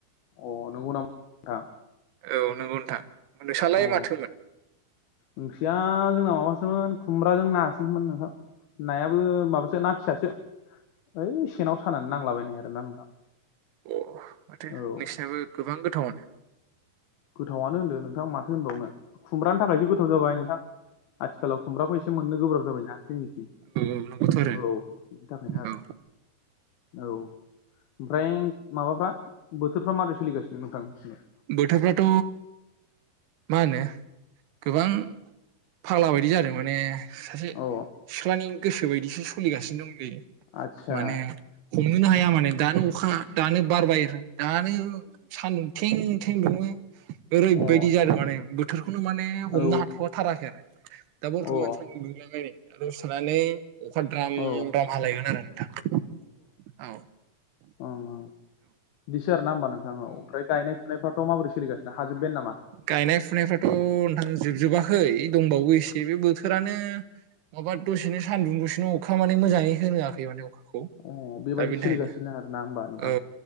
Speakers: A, on the left (about 75°); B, on the right (about 85°).
A: अ नंगौ नामा नोंथां?
B: औ नंगौ नोंथां। नोंसालाय
A: अ
B: माथोमोन?
A: ओंख्रिया जोंना माबासोमोन खुमब्राजों नासोमोन नोंथां। नायाबो माबासो ना फिसासो। ओइ सेेनाव सानानै नांलाबायनाय आरोना नोंथां।
B: अ माथो
A: औ
B: नोंसिनाबो गोबां गोथावानो?
A: गोथावनो होनदों नोंथां माथो होनबावनो खुमब्रानि थाखायसो गोथाव जाबाय नोंथां। आथिखालाव खुमब्राखौ एसे मोननो गोब्राब जाबायना जोंनिथिं।
B: नंगौबोथ' आरो
A: औ बिनि थाखायनो आरो।
B: औ
A: औ ओमफ्राय माबाफ्रा बोथोरफ्रा माब्रै सोलिगासिनो नोंथां नोंसिनाव?
B: बोथोरफ्राथ' मा होनो गोबां फाग्ला बायदि जादों माने सासे
A: अ
B: सिख्लानि गोसो बायदिसो सोलिगासिनो दंलै।
A: आदसा
B: माने हमनोनो हाया माने दानो अखा दानो बारबाय आरो दानो सान्दुं थें थें दुङो ओरैबायदि
A: अ औ
B: जादों आरो माने बोथोरखौनो माने हमनो
A: औ
B: हाथ'वाथाराखै आरो। दा बर्थमान
A: औ
B: सान्दुं दुंदोंलाय नै। दसे थानानै अखा द्राम
A: अ औ
B: द्राम हालायगोन आरो नोंथां औ।
A: उम उम बिदिसो आरो ना होमबा नोंथाङाव औ ओमफ्राय गायनाय फुनायफ्राथ' माबोरै सोलिगासिनो हाजोब्बायानो नामा?
B: गायनाय फुनायफ्राथ' नोंथां जोबजोबाखै दंबावो एसे बे बोथोरानो माबा दसेनो सान्दुं दसेनो अखा माने मोजाङै होआखै माने अखाखौ
A: अ बेबायदि
B: दा बेनि
A: सोलिगासिनो
B: थाखायनो
A: आरोना होमबा नोंथां
B: औ